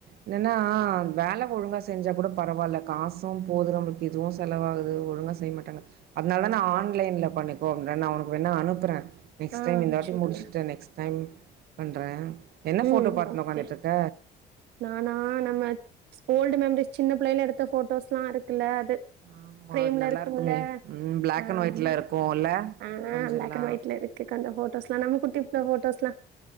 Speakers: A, on the right; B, on the right.
A: என்னன்னா வேல ஒழுங்கா செஞ்சா கூட பரவால்ல காசும் போகுறவுங்ளுக்கு இதுவும் செலவாகுது ஒழுங்கா செய்ய மாட்டாங்க அதனால நா ஆன்லைன்ல பண்ணிக்கோ <unintelligible> நா உனக்கு வேணா அனுப்புறே நெக்ஸ்
B: ஆ
A: டைம்
B: அனுப்பிச்சு
A: இந்த வாட்டி
B: விடுங்க.
A: முடுஷ்ட்ட நெக்ஸ் டைம் பண்றே என்ன
B: ம்
A: போட்டோ பாத்ணு
B: ஓகே.
A: உக்காந்துட்றுக்க
B: நானா நம்ம ஓல்டு மெமரிஸ் சின்ன புள்ளைைல எடுத்த போட்டோஸ்லாம் இருக்குல்ல அது
A: ஆமா
B: ஃபிரம்ல
A: அது நல்லா
B: இருக்கும்ல
A: இருக்குமே. ம் பிளாக்
B: ஆம்னொ
A: அண்ட் ஒயிட்ல இருக்கும்ல
B: ஆ
A: கொஞ்சல்லாம்.
B: பிளாக் அண் ஒய்ட்ல இருக்கு கொஞ்சொ போட்டோஸ்லாம் நம்ம குட்டி புள்ள போட்டோஸ்லாம்